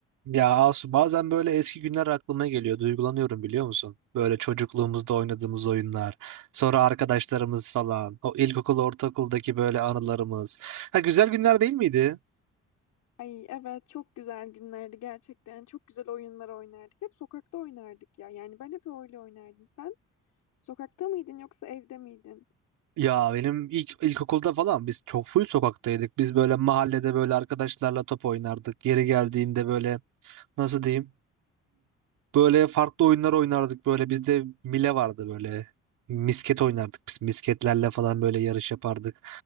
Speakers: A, on the right; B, on the left.
A: Ya Asu bazen böyle eski günler aklıma geliyor. Duygulanıyorum biliyor musun? Böyle çocukluğumuzda oynadığımız oyunlar. Sonra arkadaşlarımız falan. O ilkokul, ortaokuldaki böyle anılarımız. Ha güzel günler değil miydi?
B: Ay evet çok güzel günlerdi gerçekten. Çok güzel oyunlar oynardık. Hep sokakta oynardık ya. Yani ben hep öyle oynardım. Sen sokakta mıydın yoksa evde miydin?
A: Ya benim ilk ilkokulda falan biz çok full sokaktaydık. Biz böyle mahallede böyle arkadaşlarla top oynardık. Yeri geldiğinde böyle nasıl diyeyim? Böyle farklı oyunlar oynardık böyle. Bizde mile vardı böyle. Misket oynardık biz. Misketlerle falan böyle yarış yapardık.